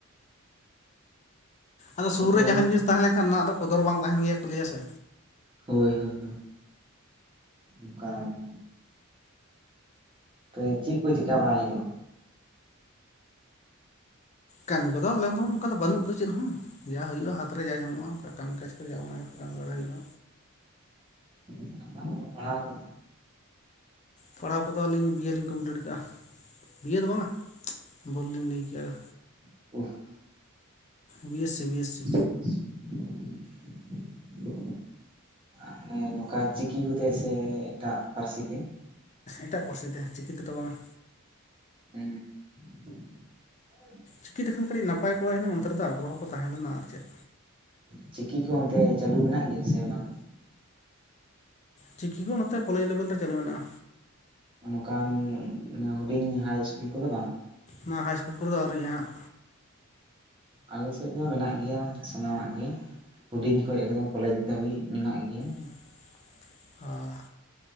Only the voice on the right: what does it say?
ᱛᱚᱵᱮ
ᱦᱳᱭ ᱦᱳᱭ ᱦᱳᱭ ᱚᱝᱠᱟ ᱜᱮ ᱛᱚ ᱪᱤᱜ ᱠᱚ ᱪᱮᱠᱟ ᱵᱟᱲᱟᱭ ᱦᱳᱭᱳᱜᱼᱟ
<unintelligible> ᱚᱞᱚᱜ ᱯᱟᱲᱦᱟᱣ ᱠᱚᱫᱚ
<unintelligible>
<inaudible> ᱢᱟᱱᱮ ᱱᱚᱝᱠᱟ ᱪᱤᱠᱤ ᱠᱚ ᱛᱮ ᱥᱮ ᱮᱴᱟᱜ ᱯᱟᱹᱨᱥᱤ ᱛᱮ
<unintelligible>
ᱪᱤᱠᱤ ᱠᱚ ᱚᱱᱛᱮ ᱪᱟᱹᱞᱩ ᱢᱮᱱᱟᱜ ᱜᱮᱭᱟ ᱥᱮ ᱵᱟᱝ
ᱚᱝᱠᱟᱱ ᱦᱩᱰᱤᱧ ᱦᱟᱭ ᱤᱥᱠᱩᱞ ᱠᱚᱫᱚ ᱵᱟᱝ
ᱟᱞᱮ ᱥᱮᱡ ᱫᱚ ᱢᱮᱱᱟᱜ ᱜᱮᱭᱟ ᱥᱟᱱᱟᱢᱟᱜ ᱜᱮ ᱦᱩᱰᱤᱧ ᱠᱷᱚᱡ ᱮᱠᱫᱚᱢ ᱠᱚᱞᱮᱡᱽ ᱫᱷᱟᱹᱵᱤᱡ ᱢᱮᱱᱟᱜ ᱜᱮᱭᱟ